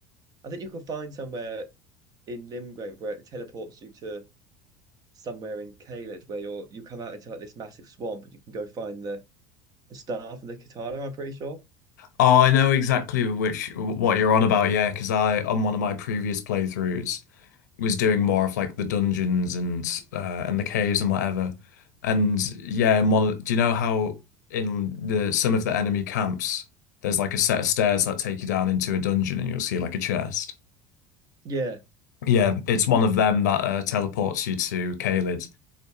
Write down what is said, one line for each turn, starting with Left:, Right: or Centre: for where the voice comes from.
Right: I think you can find somewhere in Limgrave where it teleports you to somewhere in Caelid where you're you come out into like this massive swamp and you can go find the, the staff and the katana, I'm pretty sure.
Left: Oh, I know exactly which what you're on about, yeah, because I on one of my previous playthroughs was doing more of like the dungeons and uh, and the caves and whatever. And yeah, in one, of- do you know how in the some of the enemy camps there's like a set of stairs that take you down into a dungeon and you'll see like a chest.
Right: Yeah,
Left: Yeah, it's one of them that uh, teleports you to Caelid.